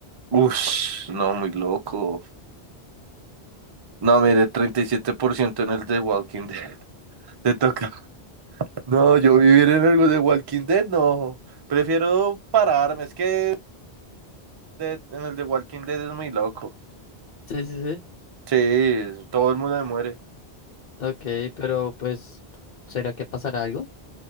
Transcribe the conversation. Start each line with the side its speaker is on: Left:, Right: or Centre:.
Right: Uf, no, muy loco. No, mire, 37% en el de Walking Dead. <laughs> Te toca. No, yo vivir en el de Walking Dead, no. Prefiero pararme. Es que de- en el de Walking Dead es muy loco.
Left: Sí, sí, sí.
Right: Sí, todo el mundo se muere.
Left: Ok, pero pues, ¿será que pasará algo?